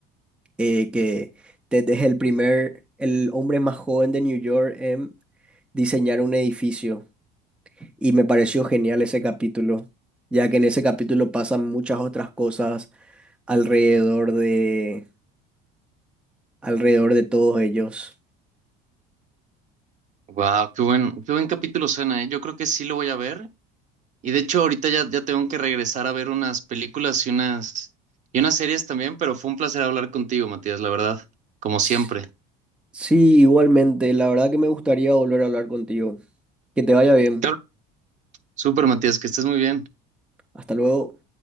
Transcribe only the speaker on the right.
Wow, qué buen, qué buen capítulo suena, ¿eh? Yo creo que sí lo voy a ver. Y de hecho, ahorita ya, ya tengo que regresar a ver unas películas y unas, y unas series también, pero fue un placer hablar contigo, Matías, la verdad, como
siempre.
Claro. Súper, Matías, que estés muy bien.